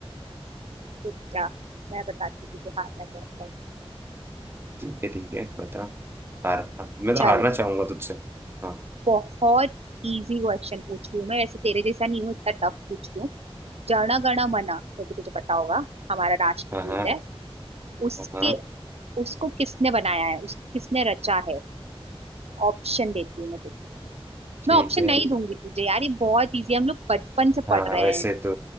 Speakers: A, on the right; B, on the right.
A: पूछ जा मैं बताती हूँ तुझे हारना कैसा है
B: ठीक है ठीक है बता हार हाँ, मैं
A: चल
B: तो हारना चाहूंगा तुझसे हाँ
A: बहुत इजी क्वेश्चन पूछ रही हूँ मैं वैसे तेरे जैसा नहीं हूँ इतना टफ पूछ रही हूँ जन गण मन क्योंकि तुझे पता होगा हमारा राष्ट्रगीत
B: हाँ हाँ
A: है उसके
B: हाँ
A: उसको किसने बनाया है उसको किसने रचा है ऑप्शन देती हूँ मैं तुझे
B: ठीक
A: मैं ऑप्शन
B: है
A: नहीं दूंगी तुझे यार ये बहुत इजी है, हम लोग बचपन से पढ़
B: हाँ
A: रहे
B: वैसे
A: हैं
B: तो